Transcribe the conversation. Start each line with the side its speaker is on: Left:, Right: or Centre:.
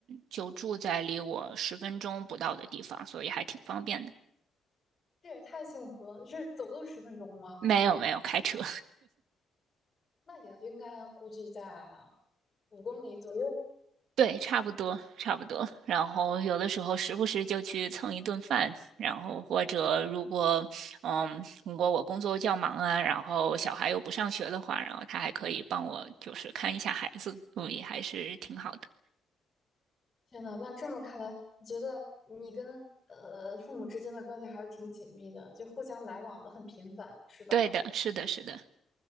Right: 就住在离我十分钟不到的地方，所以还挺方便的。
Left: 这也太幸福了！你是走路十分钟吗？
Right: 没有，没有开车。
Left: 那也应该估计在五公里左右。
Right: 对，差不多，差不多。然后有的时候时不时就去蹭一顿饭，然后或者如果，嗯，如果我工作较忙啊，然后小孩又不上学的话，然后他还可以帮我就是看一下孩子，所以还是挺好的。
Left: 天呐，那这么看来，你觉得你跟呃父母之间的关系还是挺紧密的，就互相来往的很频繁，是吧？
Right: 对的，是的，是的，